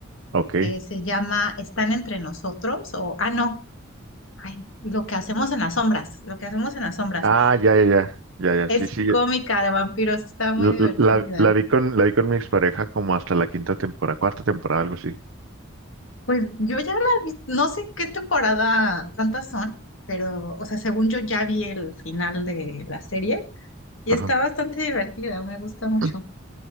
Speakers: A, on the right; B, on the left.
A: ok.
B: que se llama Están entre nosotros o, ah, no, ay, lo que hacemos en las sombras, lo que hacemos en las sombras.
A: Ah, ya, ya, ya. Ya, ya,
B: Es
A: sí, sí.
B: cómica de vampiros, está muy
A: La,
B: divertida.
A: la- la vi con, la vi con mi expareja como hasta la quinta temporada, cuarta temporada, algo así.
B: Pues yo ya la vi, no sé qué temporada, cuántas son, pero, o sea, según yo ya vi el final de la serie Y
A: Ajá.
B: está bastante divertida, me gusta mucho.
A: <clears throat>